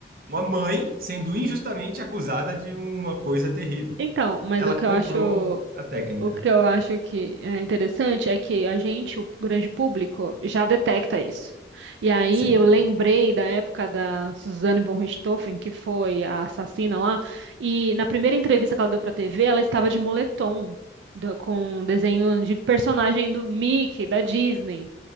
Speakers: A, on the right; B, on the right.
A: uma mãe sendo injustamente acusada de uma coisa terrível.
B: Então, mas
A: Ela
B: o que
A: comprou
B: eu acho.
A: a técnica.
B: O que eu acho que é interessante é que a gente, o grande público, já detecta isso. E aí
A: Sim.
B: eu lembrei da época da Suzane von Richthofen, que foi a assassina lá, e na primeira entrevista que ela deu para a TV, ela estava de moletom, do- com um desenho de personagem do Mickey, da Disney.